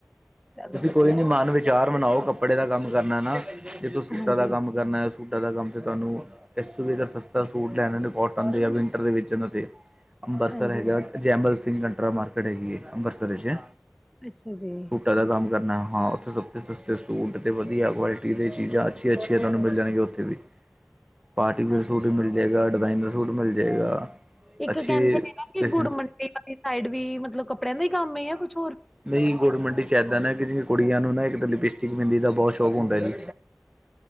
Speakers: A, in the centre; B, on the right.
A: ਚਲੋ
B: ਤੁਸੀਂ
A: ਵਧੀਆ।
B: ਕੋਈ ਨੀ ਮਨ ਵਿਚਾਰ ਬਣਾਓ ਕੱਪੜੇ ਦਾ ਕੰਮ ਕਰਨਾ ਨਾ ਜ ਕੋਈ ਸੂਟਾਂ
A: ਹਾਂਜੀ,
B: ਦਾ ਕੰਮ ਕਰਨਾ ਸੂਟਾਂ ਦਾ ਕੰਮ ਤੇ ਤੁਹਾਨੂੰ ਇਸ ਤੋਂ ਵੀ ਅਰ ਸਸਤਾ ਸੂਟ ਲੈਣ ਦੇ ਵਿੰਟਰ ਦੇ ਵਿੱਚ ਤੁਸੀਂ ਅੰਮ੍ਰਿਤਸਰ
A: ਹਾਂਜੀ,
B: ਹੈਗਾ। ਜੈਮਲ ਸਿੰਘ ਕਟਰਾ ਮਾਰਕੀਟ ਹੈਗੀ ਅੰਬਰਸਰ ਜੇ
A: ਅੱਛਾ ਜੀ।
B: ਸੂਟਾਂ ਦਾ ਕੰਮ ਕਰਨਾ ਹਾਂ ਉੱਥੇ ਸਸਤੇ ਸਸਤੇ ਸੂਟ ਅਤੇ ਵਧੀਆ ਕੁਆਲਿਟੀ ਦੇ ਚੀਜ਼ਾਂ ਅੱਛੀਆਂ ਅੱਛੀਆਂ ਤੁਹਾਨੂੰ ਮਿਲ ਜਾਣਗੀਆਂ ਉੱਥੇ ਵੀ। ਪਾਰਟੀ ਵੀ
A: ਹਾਂਜੀ।
B: ਅਰ ਸੂਟ ਵੀ ਮਿਲ ਜਾਏਗਾ ਡਿਜ਼ਾਇਨ ਦਾ ਸੂਟ ਮਿਲ ਜਾਏਗਾ
A: ਇੱਕ
B: ਅੱਛੇ
A: ਕਹਿੰਦੇ ਨੇ ਨਾ ਕਿ
B: ਪੈਸੇ
A: ਗੁੜ ਮੰੰਡੀ ਵਾਲੀ ਸਾਈਡ ਵੀ ਮਤਲਬ ਕੱਪੜਿਆਂ ਦਾ ਹੀ ਕੰਮ ਆ ਕੁੱਛ
B: ਨਹੀਂ ਗੁੜ ਮੰਡੀ ਚ ਏਦਾਂ ਨਾ ਕਿ ਕੁੜੀਆਂ ਨੂੰ ਨਾ ਇੱਕ ਲਿਪਿਸਟਿਕ ਬਿੰਦੀ ਦਾ ਬਹੁਤ ਹੁੰਦਾ ਜੀ